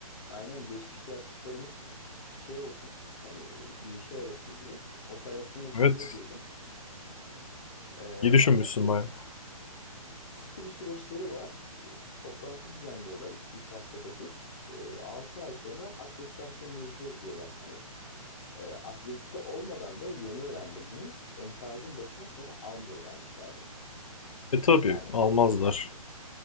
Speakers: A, on the left; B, on the left.
A: Aynen geçmişte yaptıklarımız şey olsun hani bir işe yarasın diye operasyon ekibine
B: Evet.
A: girdim. Ee,
B: İyi düşünmüşsün
A: ama şey
B: baya.
A: sıkı bir süreçleri var. Toplantı düzenliyorlar iki üç haftada bir. Ee, altı ay sonra akreditasyon vereceğiz diyorlar. Hani e, akredite olmadan da yeni öğrendim bunu. Enkazın başına seni almıyorlarmış abi.
B: E tabii
A: Yani
B: almazlar.